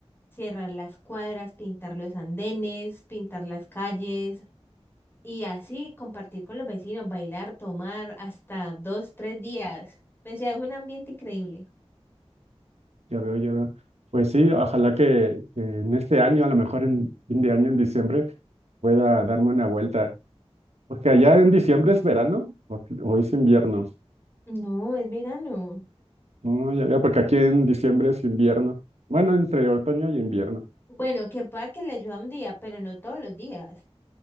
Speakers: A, on the left; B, on the right.
A: cerrar las cuadras, pintar los andenes, pintar las calles y así compartir con los vecinos, bailar, tomar hasta dos, tres días. O sea, es un ambiente increíble.
B: Ya veo, ya veo. Pues sí, ojalá que, que en este año, a lo mejor en fin de año, en diciembre, pueda darme una vuelta. Porque allá en diciembre es verano o, o es invierno.
A: No, es verano.
B: No, ya veo, porque aquí en diciembre es invierno. Bueno, entre otoño y invierno.
A: Bueno, que pueda que le ayude un día, pero no todos los días.